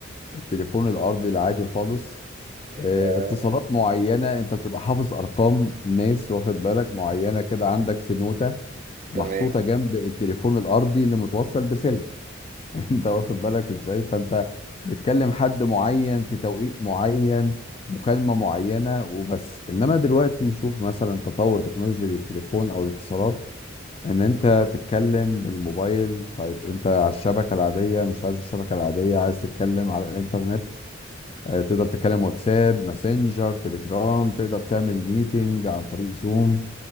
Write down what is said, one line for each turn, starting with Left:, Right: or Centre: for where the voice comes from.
Left: التليفون الأرضي العادي خالص
Right: يعني
Left: آه،
Right: ده
Left: اتصالات معينة أنت بتبقى حافظ أرقام ناس واخد بالك معينة كده عندك في نوتة محطوطة
Right: تمام
Left: جنب التليفون الأرضي اللي متوصل بسلك <laughs> انت واخد بالك ازاي فانت بتكلم حد معين في توقيت معين مكالمة معينة وبس انما دلوقتي شوف مثلا تطور تكنولوجيا التليفون او الاتصالات ان انت تتكلم بالموبايل طيب انت على الشبكة العادية مش عايز الشبكة العادية عايز تتكلم على الانترنت آه، تقدر تتكلم واتساب ماسنجر تليجرام تقدر تعمل ميتنج عن طريق زوم